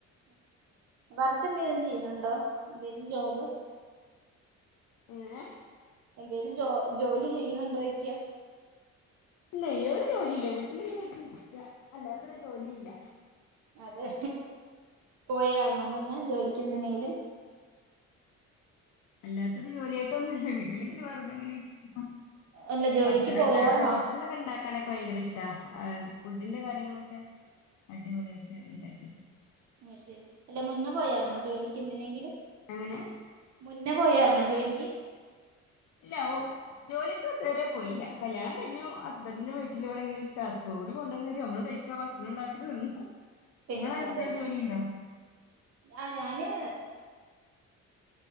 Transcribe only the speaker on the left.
എങ്ങനെ?
ല്ലേയ്. ഒരു ജോലി ഇല്ല. വീട്ടില്ങ്ങനെ ഇരിക്കാ അല്ലാത്തൊരു ജോലി ഇല്ല.
അല്ലാത്തൊരു ജോലിയായിട്ടൊന്നുല്ല. വീട്ടിലിങ്ങനെ വെറുതെങ്ങനെ ഇരിക്ക.
ഭക്ഷണം
ണ്ടാക്കാ. ഭക്ഷണ ണ്ടാക്കാനൊക്കെ ഭയങ്കര ഇഷ്ട. ഫുഡിന്റെ കാര്യങ്ങളൊക്കെ അടിപൊളിയ്ട്ട്. ട്ട് ണ്ടാക്കി.
എങ്ങനെ?
ഇല്ല. ഒ ജോലിക്ക്തുവരെ പോയീല്ല. കല്യാണം കഴിഞ്ഞു. ഹസ്ബന്റ്ന്റെ വീട്ടില് ഇവടെങ്ങനെ ഇരിക്ക. ഓല് കൊണ്ടന്നരും അമ്മള് കഴി ക്ക ഭക്ഷണണ്ടാക്ക തിന്നാ
നിങ്ങളെന്തേ
ജോലിയുണ്ടോ